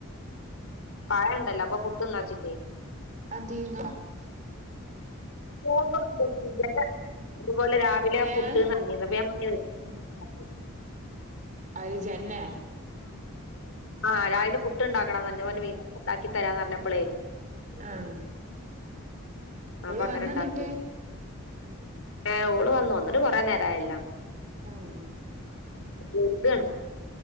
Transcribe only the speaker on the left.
പഴണ്ടല്ലോ അപ്പൊ പുട്ട്ന്നാച്ച്
പോവുമ്പോ <unintelligible> ഇതുപോലെ രാവിലെ
പുട്ട്ന്ന് പറഞ് അപ്പൊ ഞാൻ പറഞ് വെ <unintelligible>
ആഹ് രാവിലെ പുട്ട്ണ്ടാക്കണം തന്നെ ഒന് വീ ഉണ്ടാക്കി തരാന്ന് പറഞ്ഞപ്പോളേ
അപ്പൊ
അങ്ങനെ
ഇണ്ടാക്ക ഏഹ് ഓള് വന്നു വന്നിട്ട് കൊറെ നേരായല്ല
എഴ്തേണ്